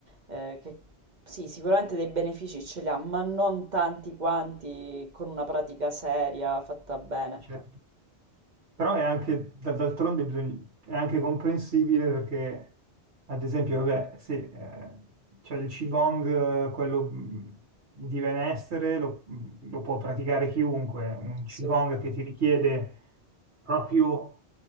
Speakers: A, on the right; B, on the right.
A: eh, che sì, sicuramente dei benefici ce li ha, ma non tanti quanti con una pratica seria fatta bene.
B: certo. Però è anche, da- d'altronde bisogna- è anche comprensibile perché, ad esempio, vabbè, sì, eh, c'è il Qigong, eh, quello mh, di benessere, lo, mhmm, lo può praticare chiunque, un
A: Sì,
B: Qigong che ti richiede proprio